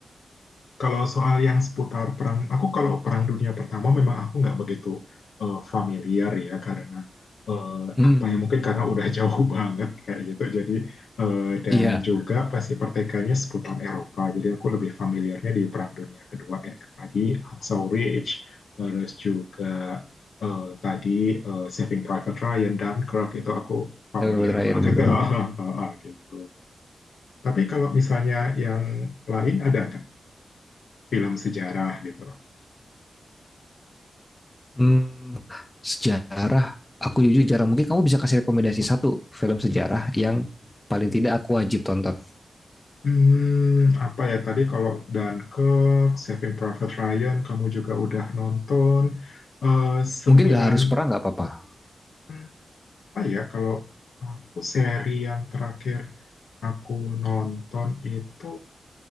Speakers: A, on the left; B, on the left.
A: Kalau soal yang seputar perang, aku kalau Perang Dunia Pertama memang aku nggak begitu eh, familiar ya karena eh,
B: Hmm,
A: apa ya mungkin karena udah jauh <laughs> banget kayak gitu. Jadi eh, dan
B: iya.
A: juga pasti pertikaiannya seputar Eropa. Jadi aku lebih familiarnya di Perang Dunia Kedua ya ke tadi Hacksaw Ridge, terus juga eh, tadi eh, Saving Private Ryan dan Dunkirk itu aku familiar
B: Yang terakhir
A: banget
B: betul. betul.
A: <laughs> gitu. Tapi kalau misalnya yang lain ada nggak film sejarah gitu.
B: Hmm, sejarah. Aku jujur jarang. Mungkin kamu bisa kasih rekomendasi satu film sejarah yang paling tidak aku wajib tonton.
A: Hmm, apa ya tadi kalau Dunkirk, Saving Private Ryan, kamu juga udah nonton eh, sembilan
B: Mungkin nggak harus perang nggak apa-apa.
A: hmm, apa ya kalau aku seri yang terakhir aku nonton itu